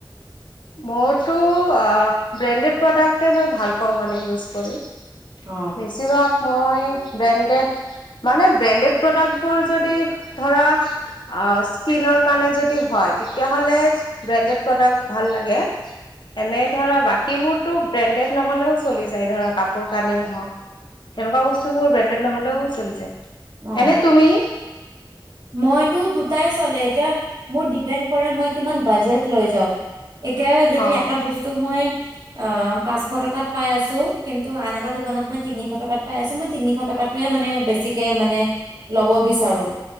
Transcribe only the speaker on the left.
মোৰতো ব্ৰেণ্ডেড প্ৰডাক্টে মই ভাল পাওঁ মানে ইউজ কৰি
বেছিভাগ মই ব্ৰেণ্ডেড মানে ব্ৰেণ্ডেড প্ৰডাক্টবোৰ যদি ধৰা স্কিনৰ কাৰণে যদি হয় তেতিয়াহলে ব্ৰেণ্ডেড প্ৰডাক্ট ভাল লাগে, এনেই ধৰা বাকীবোৰতো ব্ৰেণ্ডেড নহ'লেও চলি যায়, ধৰা কাপোৰ-কানি হওঁক, তেনেকুৱা বস্তুবোৰ ব্ৰেণ্ডেড নহ'লেও চলি যায়।
এনে তুমি
অ
অ